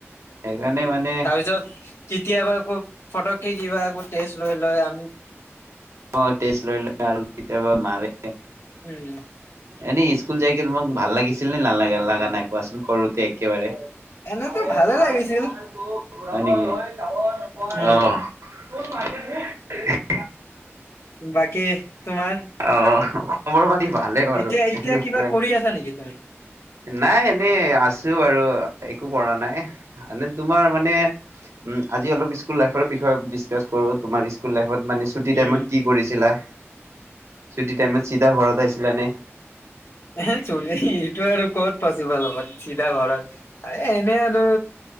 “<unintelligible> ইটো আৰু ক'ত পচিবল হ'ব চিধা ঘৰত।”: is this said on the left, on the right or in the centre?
Left